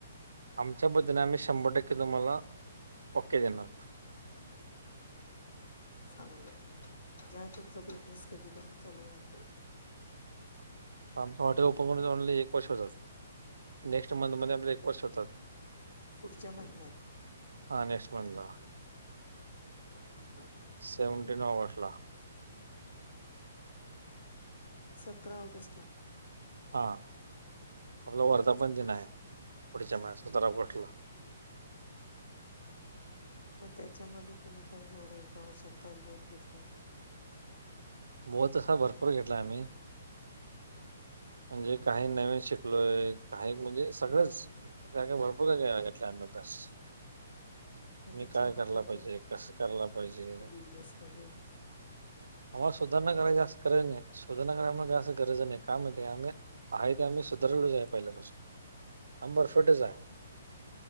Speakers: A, on the right; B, on the left.
A: आमच्या बदने आम्ही शंभर टक्के तुम्हाला ओके देणार.
B: चांगलेय ज्या तुमचा बिझनेस कधीपासून चालू झाला.
A: आमच हॉटेल ओपन करून एक वर्ष होतात. नेक्स्ट मंथमध्ये आपले एक वर्ष होतात.
B: पुढच्या महिन्यात.
A: हा नेक्ट मंथ ला.
B: हम्.
A: सेव्हन्टीन ऑगस्ट ला.
B: सतरा ऑगस्ट ला.
A: हा आपला वर्धापण दिन आहे पुढच्या म सतरा ऑगस्टला.
B: मग त्याच्यामध्ये तुम्ही काय एवढं एका वर्षात काय बोध घेतलात.
A: बोध तसा भरपूर घेतलाम्ही. म्हणजे काही नवीन शिकलोय काही म्हणजे सगळंच. आप आस भरपूर कांगेतल्या आम बस.
B: मग
A: मी
B: त्याच्याबद्दल
A: काय करायला पाहिजे कसं कला पाहिजे.
B: बिजनेसमध्ये
A: आम्हा सुधरणा करा जास्त कररा नाही. सुधारना करायमाग असं गरज नाही काय माहि आम्ही आहे ते आम्ही सुधारलोच आहे पहिल्यापासून आम्ही परफेक्टच आहे